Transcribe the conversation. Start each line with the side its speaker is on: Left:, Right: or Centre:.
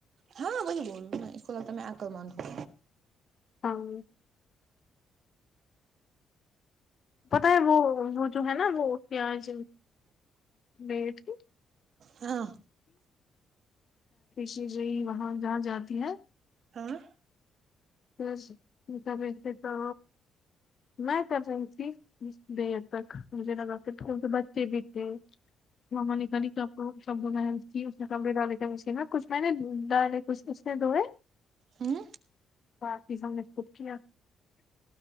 Right: ہاں وہی بول رہوں میں اس کولکتا میں آکل ماندوں
Left: ہاں پتا ہے وہ وہ جو ہے نا وہ پیاز میںٹھی
Right: ہاں
Left: شی وہاں جہاں جاتی ہے
Right: ہاں
Left: بسبتے تو نہیں تبتی بے حد تک مجھے نہگگتے تو بچے بھی تھے ما نے کری کپ کو شب محنل کی اس میں کپڑے ڈالے تھ مشین میں کچھ میں نے ڈالے کچھ سی دئے
Right: ہوں
Left: بقی ہم نے خود کیا